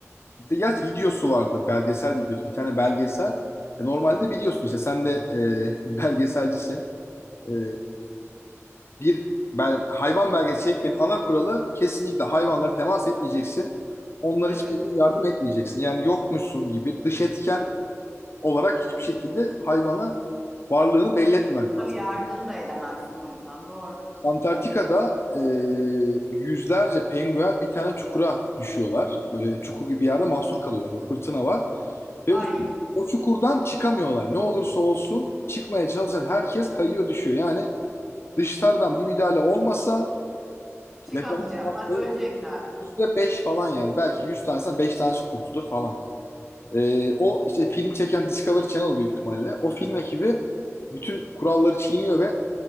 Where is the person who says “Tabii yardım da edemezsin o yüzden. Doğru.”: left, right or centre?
Centre